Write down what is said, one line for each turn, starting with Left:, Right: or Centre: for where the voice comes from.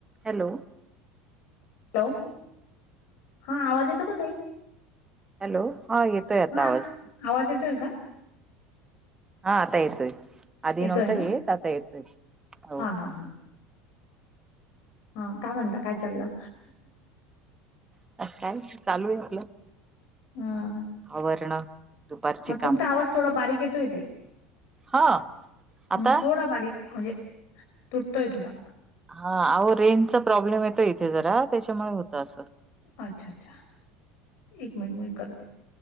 Right: Hello,
Left: hello, हा आवाज येतो का ताई?
Right: हॅलो हा येतोय आता
Left: हा
Right: आवाज.
Left: आवाज येतोय का?
Right: हा आता येतोय आधी
Left: येतोय
Right: नव्हता
Left: ना?
Right: येत आता येतोय हो.
Left: हा हा हा हा काय म्हणता काय चाललं?
Right: काय चालू आहे आपल
Left: हा
Right: आवरण दुपारची कामं
Left: तुमचा आवाज थोडा बारीक येतोय तेे
Right: हा
Left: हम्
Right: आता
Left: थोडा बारीक म्हणजे तुटतोय तथोडा
Right: हा अह रेंजचा प्रॉब्लेम येतो इथे जरा त्याच्यामुळे होतं अस
Left: अच्छा अच्छा एक मिनट मी करते.